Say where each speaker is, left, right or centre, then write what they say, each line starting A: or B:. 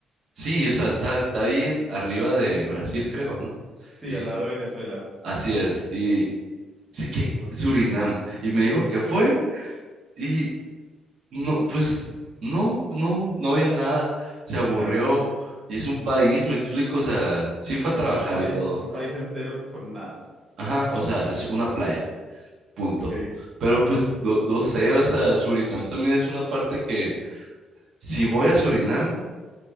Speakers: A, on the right; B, on the right.
A: Sí, o sea, está, está ahí en- arriba de Brasil, creo, ¿no?
B: Sí,
A: Y
B: al lado de Venezuela.
A: así es, y sí que
B: O
A: Surinam. Y me dijo que fue y no, pues no, no, no había nada, se aburrió.
B: sea,
A: Y es un país, me explico, o sea, sí fue a trabajar
B: Un país,
A: y todo.
B: un país entero con nada.
A: Ajá, o sea, es una playa, punto.
B: Ok,
A: Pero pues no, no sé, o sea, Surinam también es una parte que si voy a Surinam